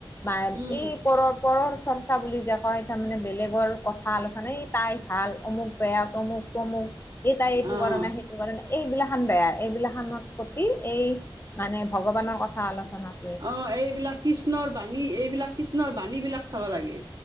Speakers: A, on the left; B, on the right.
A: মায়
B: উম,
A: এই পৰৰ, পৰৰ চৰ্চা বুলি যে কয়। তাৰমানে বেলেগৰ কথা আলোচনা এই তাই ভাল অমুক বেয়া তমুক, তমুক। এই তাই এইটো
B: অ',
A: কৰা নাই, সেইটো কৰা নে এইবিলা খান বেয়া এইবিলা খানত কতি এই মানে ভগৱানৰ কথা আলোচনাত
B: অ', এইবিলাক কৃষ্ণৰ বাণী এইবিলাক কৃষ্ণৰ বাণীবিলাক চাব লাগে।